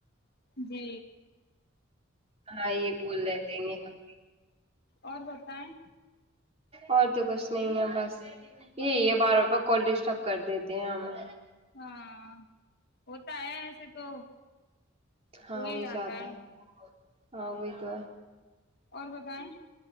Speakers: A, on the left; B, on the right.
A: جی
B: ہاں یہ بول رہے تھے نے ہم بھی
A: اور بتائیں
B: اور تو کش کچ نہیں ہے بس یہی ہے بار بار پ کال ڈسٹرب کر دیتے ہیں ہمیں
A: ہمم ہوتا ہے ایسے تو ہو
B: ہاں
A: ہی
B: وہی
A: جاتا
B: جاتتا ہے ہاں وہئی تو
A: اور بتائیں